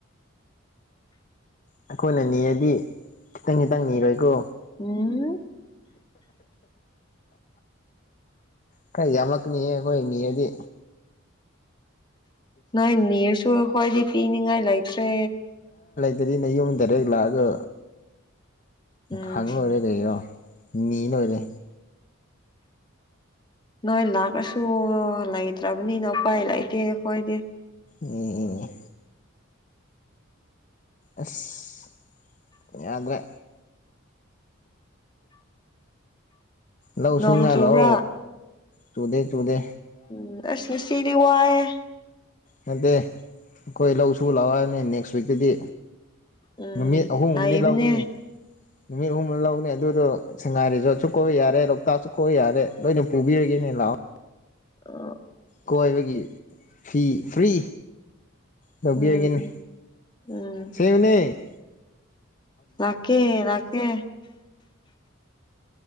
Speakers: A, on the left; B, on the left.
A: ꯑꯩꯈꯣꯏꯅ ꯅꯤꯔꯗꯤ ꯈꯤꯇꯪ ꯈꯤꯇꯪ ꯅꯤꯔꯣꯏꯀꯣ
B: ꯎꯝ
A: ꯈꯔ ꯌꯥꯝꯂꯛꯅꯤꯌꯦ ꯑꯩꯈꯣꯏꯅꯤꯔꯗꯤ
B: ꯅꯣꯏ ꯅꯤꯔꯁꯨ ꯑꯩꯈꯣꯏꯗꯤ ꯄꯤꯅꯤꯡꯉꯥꯏ ꯂꯩꯥꯛꯇ꯭ꯔꯦ
A: ꯑꯗꯨꯗꯗꯤ ꯅꯌꯨꯝ ꯗꯥꯏꯔꯦꯛ ꯂꯥꯛꯑꯒ
B: ꯎꯝ
A: ꯈꯪꯉꯔꯣꯏꯔꯦ ꯀꯩꯔꯣ ꯅꯤꯔꯣꯏꯔꯦ
B: ꯅꯣꯏ ꯂꯥꯛꯔꯁꯨ ꯂꯩꯇ꯭ꯔꯕꯅꯤꯅ ꯎꯄꯥꯏ ꯂꯩꯇꯦ ꯑꯩꯈꯣꯏꯗꯤ
A: ꯑꯦ ꯑꯦ ꯑꯁ ꯌꯥꯗꯔꯦ ꯂꯧ
B: ꯅꯣꯡ
A: ꯁꯨꯅꯔꯣ
B: ꯆꯨꯕ꯭ꯔꯥ
A: ꯇꯨꯗꯦ ꯇꯨꯗꯦ
B: ꯎꯝ ꯑꯁ ꯉꯁꯤꯗꯤ ꯋꯥꯌꯦ
A: ꯅꯠꯇꯦ ꯑꯩꯈꯣꯏ ꯂꯧ ꯁꯨꯕ ꯂꯥꯛꯑꯣ ꯍꯥꯏꯕꯅꯤ ꯅꯦꯛꯁ ꯋꯤꯛꯇꯗꯤ
B: ꯎꯝ
A: ꯅꯨꯃꯤꯠ ꯑꯍꯨꯝꯗꯤ
B: ꯍꯥꯏꯕꯅꯦ
A: ꯂꯧꯒꯅꯤ ꯅꯨꯃꯤꯠ ꯑꯍꯨꯝ ꯂꯧꯒꯅꯤ ꯑꯗꯨꯗꯣ ꯁꯉꯥꯏ ꯔꯤꯁꯦꯔꯇꯁꯨ ꯀꯣꯏ ꯌꯥꯔꯦ ꯂꯣꯛꯇꯥꯛꯁꯨ ꯀꯣꯏ ꯌꯥꯔꯦ ꯂꯣꯏꯅ ꯄꯨꯕꯤꯔꯒꯦꯅꯦ ꯂꯥꯛꯑꯣ
B: ꯑ
A: ꯀꯣꯏꯕꯒꯤ ꯐꯤ ꯐ꯭ꯔꯤ ꯂꯧꯕꯤꯔꯒꯅꯤ
B: ꯎꯝ ꯎꯝ
A: ꯁꯦꯡꯕꯅꯦ
B: ꯂꯥꯛꯀꯦ ꯂꯥꯛꯀꯦ